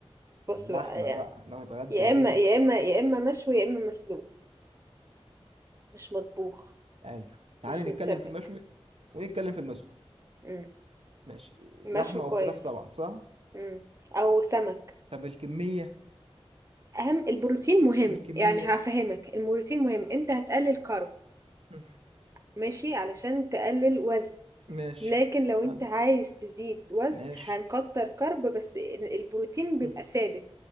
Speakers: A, on the right; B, on the right.
A: بص
B: اللحمة
A: بقى يعني
B: بقى نتغدى
A: يا
B: ايه
A: اما يا اما يا اما مشوي يا اما مسلوق مش مطبوخ
B: ايوه تعالي
A: مش
B: نتكلم
A: متسبك
B: في المشوي ونتكلم في المسلوق
A: مم.
B: ماشي
A: مشوي
B: لحمة
A: كويس
B: او فراخ طبعا صح
A: مم. او سمك
B: طب الكمية
A: اهم البروتين مهم
B: الكمية
A: يعني هفهمك البروتين مهم انت هتقلل كارب
B: مم.
A: ماشي علشان تقلل وزن
B: ماشي
A: لكن لو انت
B: حلو
A: عايز تزيد وزن
B: ماشي
A: هنكتر كارب بس ال- البروتين بيبقى
B: مم.
A: ثابت